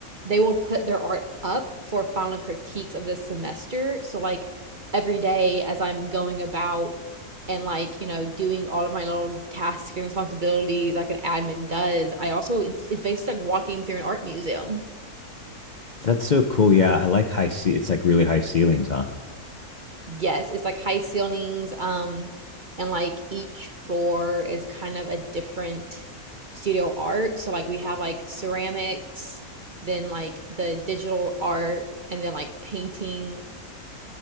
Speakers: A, on the right; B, on the left.
A: They will put their art up for final critiques of the semester. So like every day as I'm going about and like you know doing all of my little tasks and responsibilities like an admin does i also it's, it's basically like walking through an art museum
B: That's so cool. Yeah, I like high ce- It's like really high ceilings, huh?
A: yes it's like high ceilings um and like each floor is kind of a different studio art so like we have like ceramics then like the digital art and then like painting